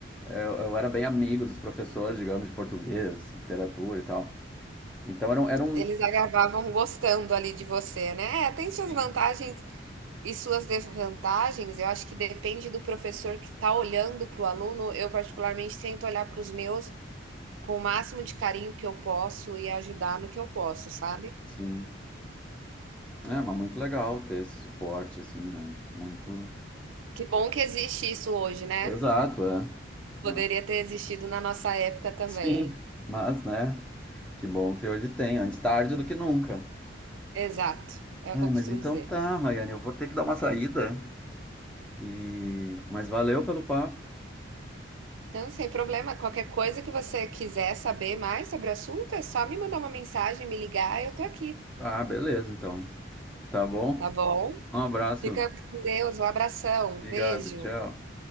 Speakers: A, in the centre; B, on the right.
A: eu, eu era bem amigo dos professores, digamos, de português, literatura e tal. Então era um, era um
B: Eles
A: mix,
B: acabavam gostando ali de você, né? É, tem suas
A: sim,
B: vantagens e suas desvantagens. Eu acho que depende do professor que está olhando para o aluno. Eu, particularmente, tento olhar para os meus com o máximo de carinho que eu posso e ajudar no que eu posso, sabe?
A: sim. É, mas muito legal ter esse suporte, assim, né? Muito.
B: Que bom que existe isso hoje, né?
A: Exato, é. né?
B: Poderia ter existido na nossa época também.
A: Sim, mas né? Que bom que hoje tem, antes tarde do que nunca.
B: Exato, é
A: Ai,
B: o que eu
A: mas
B: costumo
A: então
B: dizer.
A: tá, Rayane, eu vou ter que dar uma saída e mas valeu pelo papo.
B: Então, sem problema, qualquer coisa que você quiser saber mais sobre o assunto, é só me mandar uma mensagem, me ligar, eu tô aqui,
A: Ah, beleza, então. Tá bom?
B: tá bom?
A: Um abraço.
B: Fica com Deus, um abração,
A: Obrigado,
B: beijo.
A: tchau.